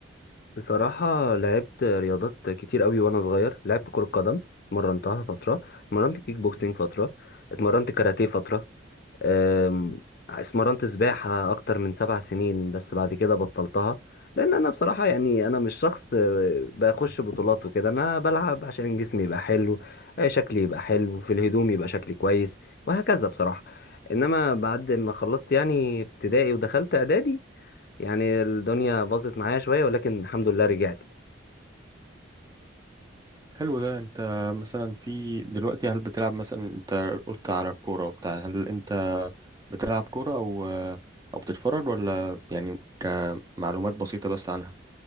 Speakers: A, on the left; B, on the right.
A: بصراحة لعبت رياضات كتير قوي وانا صغير لعبت كرة قدم اتمرنتها فترة اتمرنت كيك بوكسينج فترة اتمرنت كاراتيه فترة أم، اتمرنت سباحة اكتر من سبع سنين بس بعد كده بطلتها لان انا بصراحة يعني انا مش شخص أه، بخش بطولات وكده انا بلعب عشان جسمي يبقى حلو أه، شكلي يبقى حلو في الهدوم يبقى شكلي كويس وهكذا بصراحة انما بعد ما خلصت يعني ابتدائي ودخلت اعدادي يعني الدنيا باظت معايا شويه ولكن الحمد لله رجعت يعني.
B: حلو ده أنت مثلا في دلوقتي هل بتلعب مثلا أنت قلت على الكورة وبتاع هل أنت بتلعب كورة أو آه، أو بتتفرج ولا يعني كمعلومات بسيطة بس عنها؟